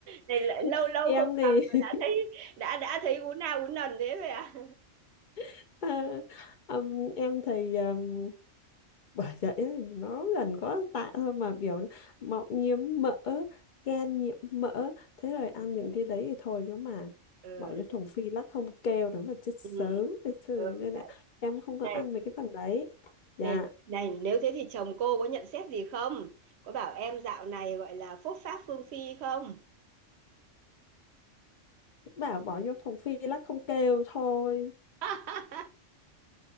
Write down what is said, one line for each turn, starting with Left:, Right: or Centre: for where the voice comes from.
Right: Này lại
Left: <laughs>
Right: lâu lâu
Left: em
Right: không gặp mà
Left: thì
Right: đã thấy đã đã thấy ú na ú nần thế rồi à.
Left: <laughs> à, ừm, em thì um, bởi vậy ấy, nó gần có tạ thôi mà biểu nó mọng nhiễm mỡ gan nhiễm mỡ thế rồi ăn những cái đấy thì thôi chứ mà
Right: Ừ.
Left: bỏ vô thùng phi lắc không kêu đúng mà chết sớm
Right: Ừ. ừ.
Left: thật sự
Right: ừ.
Left: nên là em không có
Right: Này,
Left: ăn mấy cái phần đấy dạ
Right: này, này, nếu thế thì chồng cô có nhận xét gì không? Có bảo em dạo này gọi là phốt pháp phương phi không?
Left: bảo bỏ vô thùng phi lắc không kêu thôi
Right: <laughs>